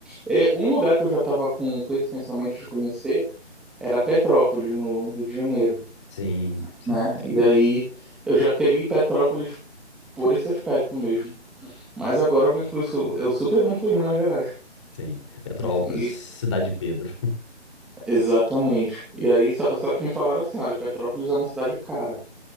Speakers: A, in the centre; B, on the left.
A: É, um lugar que eu já estava com, com esse pensamento de conhecer era Petrópolis, no Rio de Janeiro,
B: Sim, sim,
A: né? E aí eu já queria ir Petrópolis por esse aspecto mesmo. Mas agora eu vou incluir, isso eu super vou incluir Minas Gerais.
B: sim. Petrópolis,
A: E-
B: Cidade de Pedro.
A: exatamente. E aí só, só que me falaram assim, olha, Petrópolis é uma cidade cara.